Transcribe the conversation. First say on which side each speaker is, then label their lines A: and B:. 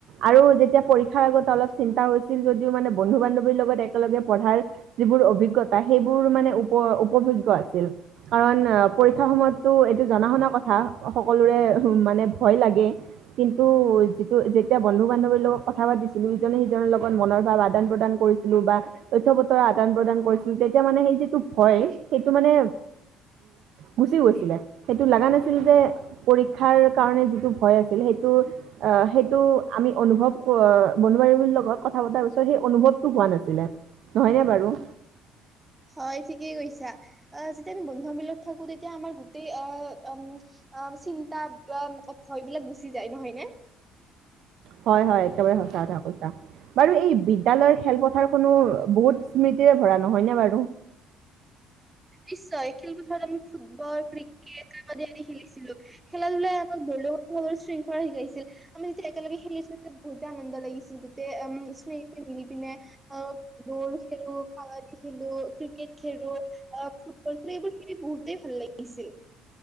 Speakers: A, on the right; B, on the right.
A: আৰু যেতিয়া পৰীক্ষাৰ আগত অলপ চিন্তা হৈছিল যদিও মানে বন্ধু-বান্ধৱীৰ লগত একেলগে পঢ়াৰ যিবোৰ অভিজ্ঞতা, সেইবোৰ মানে উপ উপভোগ্য আছিল। কাৰণ পৰীক্ষাৰ সময়তটো এইটো জনা শুনা কথা। সকলোৰে মানে ভয় লাগে কিন্তু যিটো যেতিয়া বন্ধু-বান্ধৱীৰ লগত কথা পাতিছিলো ইজনে সিজনৰ লগত মনৰ ভাৱ আদান-প্ৰদান কৰিছিলো বা তথ্য পত্ৰ আদান-প্ৰদান কৰিছিলো। তেতিয়া মানে সেই যিটো ভয় সেইটো মানে গুচি গৈছিলে। সেইটো লাগা নাছিল যে পৰীক্ষাৰ কাৰণে যিটো ভয় আছিল, সেইটো আহ সেইটো আমি অনুভৱ কৰ অ বন্ধু বান্ধৱীৰ লগত কথা পতাৰ পিছত সেই অনুভৱতটো হোৱা নাছিলে নহয়নে বাৰু?
B: হয় ঠিকেই কৈছা। আ যেতিয়া আমি বন্ধু বিলত থাকো তেতিয়া আমাৰ গোটেই আহ ও আম চিন্তা বা ভয় বিলাক গুচি যায়। নহয় নে?
A: হয়, হয়। একেবাৰে সঁচা কথা কৈছা। বাৰু এই বিদ্যালয়ৰ খেলপথাৰ খনো বহুত স্মৃতিৰে ভৰা, নহয়নে বাৰু?
B: নিশ্চয় খেলপথাৰত আমি ফুটবল, ক্ৰিকেট, কাবাডী আদি খেলিছিলো। খেলা ধূলাই আমাক ব শৃংখলা শিকাইছিল। আমি যেতিয়া একেলগে খেলিছিলো যেতিয়া বহুতে আনন্দ লাগিছিল, গোতেই উম স্মৃ মিলিপিনে অ বল খেলো, কাবাডী খেলো, ক্ৰিকেট খেলো অ, ফুটবল ফে এইবোৰ খেলি বহুতেই ভাল লাগিছিল।